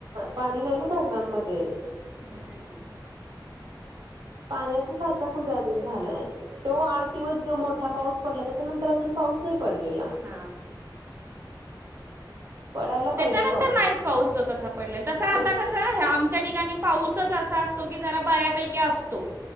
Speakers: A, on the right; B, on the right.
A: पाणी नाही ना धरणांमध्ये.
B: हं.
A: पाण्याचा साचा कुठ अजून झालाय? तो आठ दिवस जो मोठा पाऊस पडला. त्याच्यानंतर अजून पाऊस नाही पडलेला.
B: हा.
A: पडायला
B: त्याच्यानंतर
A: पाहिजे पाऊस
B: नाहीच पाऊस तो तसा पडलेला. तसा
A: म्हणजे
B: आता कस- हो हो. आमच्या ठिकाणी पाऊसच असा असतो की जरा बऱ्यापैकी असतो.